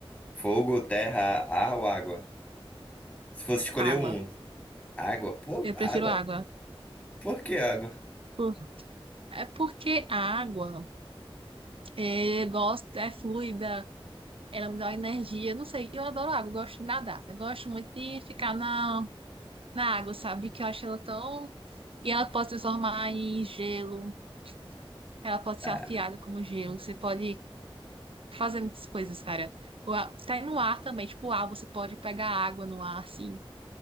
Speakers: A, on the left; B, on the right.
A: Fogo, terra, ar ou água? Se fosse escolher
B: Água.
A: um, água? Pô,
B: Eu
A: água?
B: prefiro água.
A: Por que água?
B: Por- É porque a água é, gosto, é fluida, ela me dá uma energia. Não sei, eu adoro água, eu gosto de nadar. Eu gosto muito de ficar na, na água, sabe? Que eu acho ela tão. E ela pode se transformar em gelo, ela pode
A: Ah.
B: ser afiada como gelo. Você pode fazer muitas coisas, cara. O ar- Sai no ar também, tipo, o ar, você pode pegar água no ar, assim.